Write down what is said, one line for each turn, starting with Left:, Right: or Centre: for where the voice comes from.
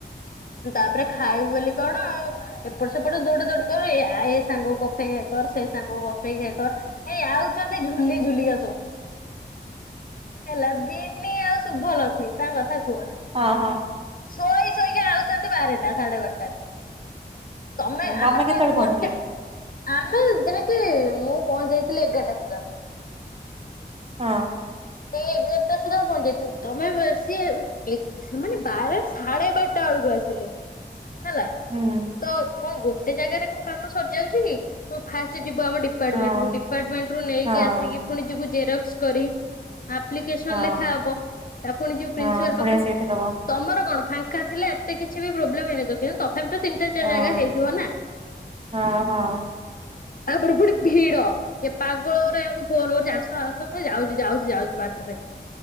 Left: ତାପରେ ଖାଇଉ ବୋଲି କଣ ଆଉ ଏପଟ ସେପଟ ଦୌଡି ଦୌଡି କର ଏ ସାଙ୍ଗ କଫେଇ କର ସେ ସାଙ୍ଗ ଅପେକ୍ଷା କର ଏଇ ଆଉଛେ ଝୁଲି ଝୁଲିିକା ସବୁ ହେଲା ବିିନି ଆଉ ଶୁଭ ଲକ୍ଷ୍ମୀ ତାଙ୍କ କଥା କୁହନା।
Right: ହଁ ହଁ।
Left: ଶୋଇ ଶୋଇକି ବାରଟା ସାଢେ ବାରଟାରେ ତମେ
Right: ହଁ
Left: ଆମର
Right: କେତେବେଳେ
Left: କଣ ଗୋଟେ
Right: ପହଞ୍ଚିଲ କି?
Left: ଆମେ ଯେଇକି ମୁଁ ପହଁଚି ଯାଇଥିଲି ଏଗାରଟା ସୁଦ୍ଧା।
Right: ହଁ।
Left: ଟିକେ ଦୋରଟା ସୁଦ୍ଧା ପହଞ୍ଚି ଯାଇଥିଲି ତମେ ସିଏ ସେମାନେ ବାର ସାଢେ ବାରଟା ବେଳକୁ ଆସିଲେ ହେଲା
Right: ହୁଁ
Left: ତ କଣ ଗୋଟେ ଜାଗାରେ କଣ କାମ ସରିଯାଉଛି କି କଣ ଫାଷ୍ଟ୍ ଯବ ଆମ ଡିପାର୍ଟମେଣ୍ଟ
Right: ହଁ
Left: କୁ ଡିପାର୍ଟମେଣ୍ଟ ରୁ ନେଇକି
Right: ହଁ
Left: ଆସିକି ପୁଣି ଯିବୁ ଜେରକ୍ସ କରି ଆପ୍ଲିକେସନ୍
Right: ହଁ
Left: ଲେଖା ହବ ତା ପୁଣି ଯିବ ପ୍ରିନ୍ସିପାଲ୍
Right: ହଁ ପୁଣି
Left: ପାଖରୁ
Right: ଆସିକି ଏଠି ଦବ
Left: ତମର କଣ ଫାଙ୍କା ଙ୍କା ଥିଲା ଏତେ କିଛି ବି ପ୍ରୋବ୍ଲେମ୍ ହୋଇନଥିବ <unintelligible> ତଥାପି ତ ତିନିଟା ଚାରଟା
Right: ହଁ
Left: ଜାଗା ହେଇଥିବ ନା
Right: ହଁ ହଁ।
Left: ତାପରେ ପୁଣି ଭିଡ ଏ ପାଗଳ ରେ ଅଙ୍କୁ ଫୋନ କରୁଛି ଆସ ଆସ। ଯାଉଛି ଯାଉଛି ଯାଉଛି ବାଟରେ